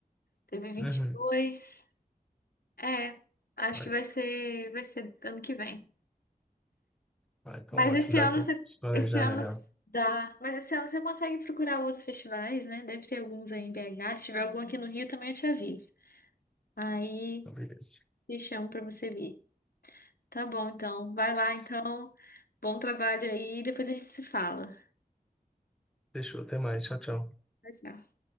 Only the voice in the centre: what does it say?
Uhum.
Ah,
ah, então
ótimo.
Dá
tempo
de se planejar
melhor.
Então, beleza.
beleza.
Fechou. Até mais. Tchau, tchau.